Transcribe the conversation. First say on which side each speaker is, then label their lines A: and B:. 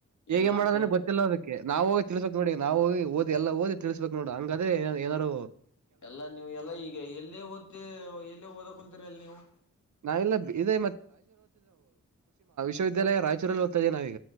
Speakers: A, on the right; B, on the left.
A: ಹೇಗೆ
B: ಎಲ್ಲಾ
A: ಮಾಡೋದ್ರೆ
B: ತಿಳ್ಕೊ
A: ಗೊತ್ತಿಲ್ಲ ಅದಕ್ಕೆ ನಾವವುಗ ತಿಳಸ್ಬೇಕ ನೋಡಿ ನಾವುಗಿ ಓದಿ ಎ ಓದ ತಿಳಸ್ಬೇಕಕ್ ನೋಡಿ ಹಂಗಾದ್ರೆಏ ಏನಾರರು
B: ಎಲ್ಲ ನೀವು ಎಲ್ಲಾ ಈಗ ಎಲ್ಲೇ ಓದ್ ಎಲ್ಲೇ ಓದಕ್ ಕುಂತೀರಿ ಎಲ್ಲ ನೀವು
A: ನಾವೆಲ್ಲ ಇದೇ ವಿ ವ್ಯಾಲಯ ರಚೂರಲ್ಲಿ ಹೊತದೆ ನವು